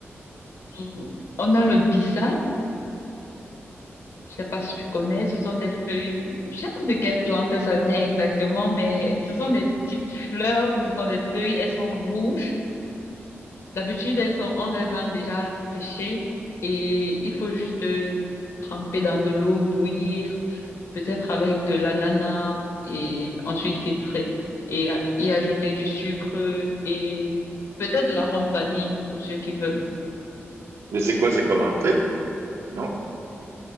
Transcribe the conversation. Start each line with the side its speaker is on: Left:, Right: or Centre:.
Left: Mm. On a le bissap. Je sais pas si tu connais, ce sont des feuilles, je sais pas de quelle plante ça vient exactement, mais ce sont des petites fleurs, ce sont des feuilles, elles sont rouges. D'habitude, elles sont, on les vend déjà séchées et il faut juste euh, tremper dans de l'eau, bouillir, peut-être avec de l'ananas et ensuite filtrer et a- y ajouter du sucre et peut-être de l'arôme vanille pour ceux qui veulent.
Right: Mais c'est quoi? C'est comme un thé? Non?